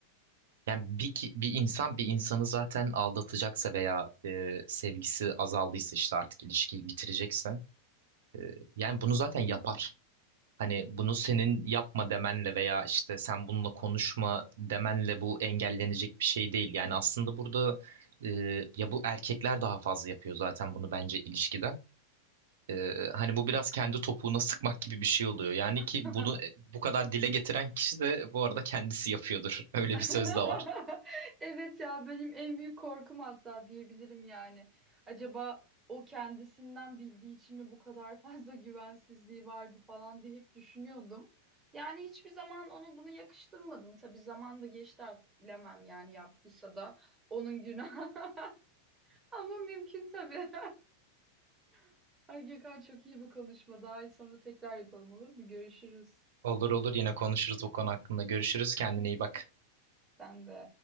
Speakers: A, on the right; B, on the right.
A: Yani bir, ki- bir insan bir insanı zaten aldatacaksa veya e, sevgisi azaldıysa işte artık ilişkiyi bitirecekse e, yani bunu zaten yapar. Hani bunu senin yapma demenle veya işte sen bununla konuşma demenle bu engellenecek bir şey değil. Yani aslında burada e, ya bu erkekler daha fazla yapıyor zaten bunu bence ilişkide. E, hani bu biraz kendi topuğuna sıkmak gibi bir şey oluyor. Yani ki
B: <laughs>
A: bunu e, bu kadar dile getiren kişi de bu arada kendisi yapıyordur. <laughs> Öyle
B: <laughs>
A: bir söz de var.
B: Evet ya benim en büyük korkum hatta diyebilirim yani. Acaba o kendisinden bildiği için mi bu kadar fazla <laughs> güvensizliği vardı falan diye hep düşünüyordum. Yani hiçbir zaman onu bunu yakıştırmadım. Tabii zaman da geçti artık bilemem yani yaptıysa da onun günahı. <laughs> Ama mümkün tabii. <laughs> Ay Gökhan çok iyi bu konuşma. Daha iyi sonra tekrar yapalım olur mu? Görüşürüz.
A: Olur olur yine konuşuruz bu konu hakkında. Görüşürüz. Kendine iyi bak.
B: Sen de.